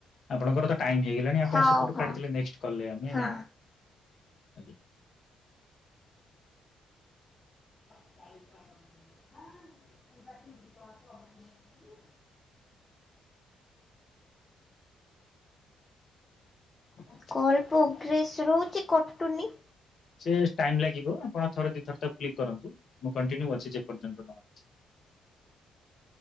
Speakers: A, on the left; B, on the left.
A: ଆପଣଙ୍କର ତ, ଟାଇମ୍ ହେଇଗଲାଣି ଆପଣ
B: ହଉ
A: ସେପଟୁ
B: ହଉ
A: କାଟି ଦେଲେ ନେଷ୍ଟ କଲ୍ ରେ ଆମେ
B: ହଁ
A: ଆଜ୍ଞା।
B: <unintelligible>
A: <unintelligible>
B: କଲ୍ ପ୍ରୋଗ୍ରେସ୍ ରହୁଛି କଟୁନି।
A: ସେ ଟାଇମ୍ ଲାଗିବ ଆପଣ ଥରେ ଦି ଥର ତାକୁ କ୍ଲିକ୍ କରନ୍ତୁ ମୁଁ କଣ୍ଟିନ୍ୟୁ ଅଛି ଯେ ପର୍ଯ୍ୟନ୍ତ ନହେଇଛି।